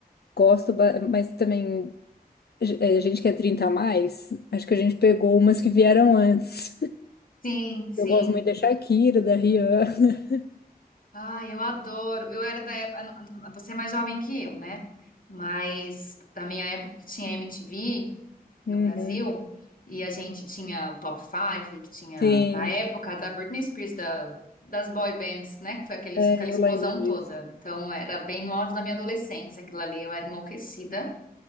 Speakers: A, on the left (about 85°); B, on the left (about 60°).
A: Gosto, ba- mas também, a gente que é 30 a mais, acho que a gente pegou umas que vieram antes.
B: Sim, sim.
A: Eu gosto muito da Shakira, da Rihanna. <laughs>
B: Ah, eu adoro. Eu era da época. Você é mais jovem que eu, né? Mas da minha época que tinha MTV no
A: Uhum.
B: Brasil, e a gente tinha o Top 5, que tinha,
A: Sim,
B: na época, da Britney Spears, da- das boy bands, né? Que foi aquele,
A: é,
B: aquela explosão
A: eu lembro disso.
B: toda. Então, era bem no auge da minha adolescência, aquilo ali. Eu era enlouquecida